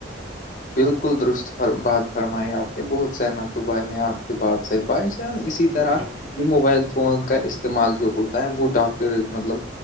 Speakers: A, on the left; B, on the right.
A: بالکل درست بد فرمائی آپ نے بہت سہمت ہو بھائی میں آپ کے بعد سےاہ باعث اسی
B: ہاں
A: طرح
B: بھائی جان
A: یہ موبائل فون کا استعمال جو ہوتا ہے وہ ڈاکٹرز مطلب